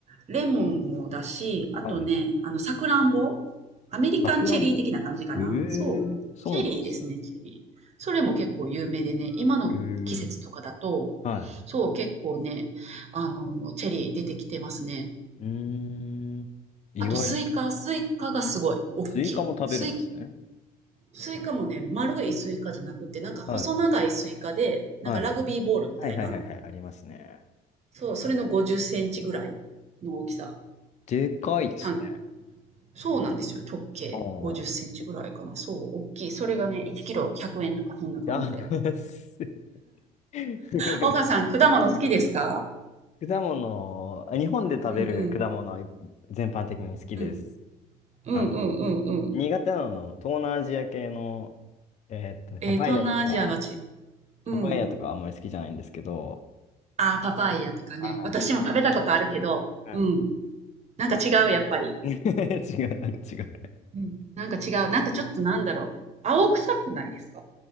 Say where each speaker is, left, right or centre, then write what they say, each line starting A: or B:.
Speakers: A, on the right; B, on the left.
A: レモンもだし、あとね、
B: うんはい。
A: あの、さくらんぼ。アメリカンチェリー的な感じかな。
B: さくらんぼええ
A: そう。
B: ーそうなんですね。
A: チェリーですね、チェリー。それも結構有名でね、今の季節とかだと、
B: ええはい。
A: そう、結構ね、あの、チェリー出てきてますね。
B: うーん。意外。
A: あと、スイカ、スイカがすごい大きい。
B: スイカも食べるんですね。
A: スイスイカもね、丸いスイカじゃなくて、なんか細長いスイカで、
B: はい。
A: なんかラグビーボールみたいな。
B: はい。はいはいはいはい、ありますね。
A: そう、それの50センチぐらいの大きさ。
B: でかいですね。
A: 半。そうなんですよ。直径50センチぐらいかな。
B: ああ。
A: そう、大きい。それがね、1キロ100円とか、そんな感じで。
B: 安い <laughs>
A: 岡さん、果物好きですか
B: 果物、日本で食べる果物は
A: うんうん
B: 全般的に好きです。
A: うん。うんうんうんうん。
B: あの、苦手なの、東南アジア系の、えーっとね、
A: えー、
B: パパイヤとか、
A: 東南アジアはち、うん。
B: パパイヤとかあんまり好きじゃないんですけど、
A: あー、パパイヤとかね。
B: は
A: 私も食べたことあるけど、
B: い。はい。
A: うん。なんか違う、やっぱり。
B: <laughs> 違う、なんか違う。
A: うん、なんか違う。なんかちょっとなんだろう。青臭くないですか